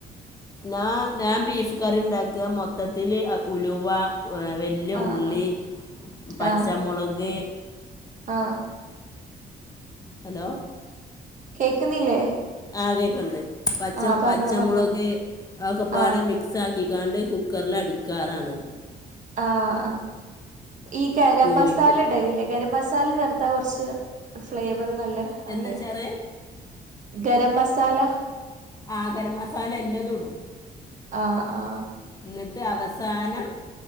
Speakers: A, on the left; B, on the right.
A: ഞാൻ ഞാൻ ബീഫ് കറി ഉണ്ടാക്കുക മൊത്തത്തിൽ ഉലുവ വലിയ
B: ആഹ്
A: ഉള്ളി
B: ആഹ്
A: പച്ചമുളക്
B: ആഹ് ആഹ്
A: ഹലോ
B: കേക്കുന്നില്ലേ
A: ആകെക്ക്ണ്ട് പച്ച
B: ആഹ് പറഞ്ഞോ
A: പച്ചമുളക്
B: പറഞ്ഞോ
A: ആതോക്കപ്പാട
B: ആഹ്
A: മിക്സ് ആക്കി ആക്കിക്കാണ്ട് കുക്കറിലടിക്കാറാണ്
B: ആഹ് ആ ഈ ഗരമസാല
A: തൂമിക്കും
B: ഇടലില്ലേ ഗരമസാ ചേർത്താ കൊറ്ച്ച് ഫ്ലേ റി നല്ല
A: എന്താ
B: അല്ലേ
A: വെച്ചാൽ
B: ഗരമസാല
A: ആ ഗരമസാല എല്ലതുടും
B: ആഹ് ആഹ്
A: എന്നിട്ട് അവസാനം